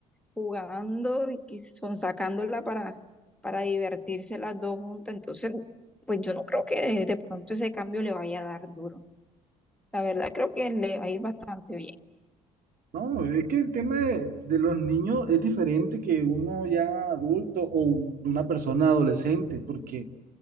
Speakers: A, in the centre; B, on the right (about 50°).
A: jugando y que son sacándola para, para divertirse las dos juntas. Entonces, pues yo no creo que de, de pronto ese cambio le vaya a dar duro. La verdad creo que le va a ir bastante
B: No, es que el tema de, de los niños es diferente que uno ya adulto o un- una persona adolescente, porque